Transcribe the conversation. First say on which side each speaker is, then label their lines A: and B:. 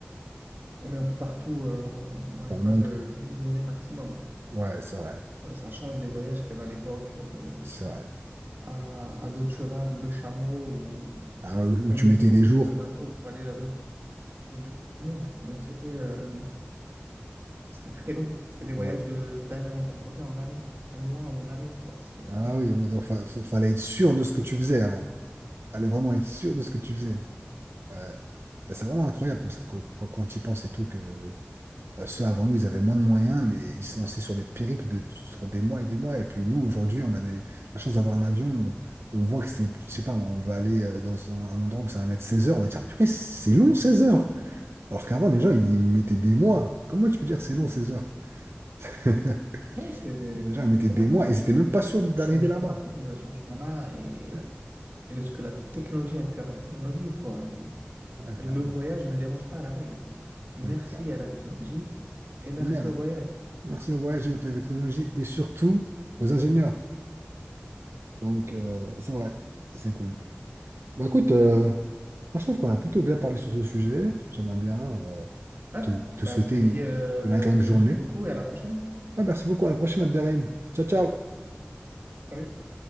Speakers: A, on the right; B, on the right.
A: on est un peu partout euh, en- dans l'espace
B: Dans le monde,
A: de-
B: quoi.
A: d'une journée maximum.
B: Ouais, c'est vrai.
A: Ouais, ça change des voyages qu'il y avait à l'époque euh,
B: C'est vrai.
A: à, à dos de cheval ou de chameau où
B: Ah ouais, où,
A: on
B: où tu
A: devait
B: mettais
A: prendre
B: des jours.
A: le, le bateau pour aller à l'autre bout du monde. Et donc c'était euh, c'était très long. C'était des voyages
B: Ouais.
A: de d'années qu'on comptait en années, en mois ou en années, quoi. C'est euh,
B: Ah oui, oui, donc fa- fa- fallait être sûr de ce que tu faisais avant. Fallait vraiment être sûr de ce que tu faisais. Ouais. C'est vraiment incroyable parce que quand, quand, quand tu y penses et tout, que Euh, Ceux avant nous, ils avaient moins de moyens, mais ils se lançaient sur des périples de, sur des mois et des mois. Et puis nous, aujourd'hui, on a des- la chance d'avoir un avion. On, on voit que c'est, je sais pas, on va aller euh, dans un, un endroit où ça va mettre seize heures. On va dire, purée, c'est long 16 heures. Alors qu'avant, les gens, ils, ils mettaient des mois. Comment tu peux dire c'est long 16 heures? <laughs>
A: ouais, c'est
B: Déjà,
A: c'est-
B: ils mettaient
A: c'est
B: des
A: vrai, hein,
B: mois
A: c'est
B: et ils n'étaient
A: euh,
B: même pas sûrs de- d'arriver
A: on ne se
B: là-bas.
A: rend pas compte de la chance qu'on a et,
B: Ouais,
A: et de ce que la technologie a pu apporter dans nos vies, quoi. Et,
B: ouais, clairement.
A: et le voyage
B: cl-
A: ne déroge pas à la règle. Merci
B: Oui, clairement.
A: à la technologie et merci
B: Merde.
A: au voyage.
B: Merci aux voyageurs, aux technologies et surtout aux ingénieurs. Donc, euh, c'est vrai, c'est cool. Bah écoute, euh, Moi, je trouve qu'on a plutôt bien parlé sur ce sujet. J'aimerais bien euh,
A: Ouais,
B: te, te
A: bah,
B: souhaiter
A: je te dis, euh,
B: une agréable
A: je te
B: journée.
A: dis merci beaucoup et à la prochaine.
B: Ah, merci beaucoup. À la prochaine, Abderrahim. Ciao, ciao.
A: Salut.